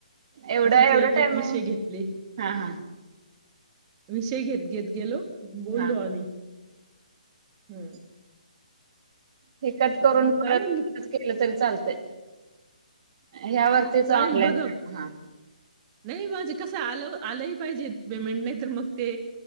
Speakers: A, on the right; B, on the right.
A: एवढं
B: असंच
A: एवढं
B: एक
A: टायमिंग
B: एक विषय घेतले.
A: हा हा
B: विषय घेत. घेत गेलो बोललो
A: हा
B: आणि हम्
A: हे कट करून
B: बरं
A: परत
B: चालेल
A: परत केलं तरी -- चालतय. ह्या वरतीच
B: जाईल
A: ऑनलाईन
B: बघा.
A: हा
B: नाही माझे कस आलं आलंही पाहिजे पेमेंट नाही तर मग ते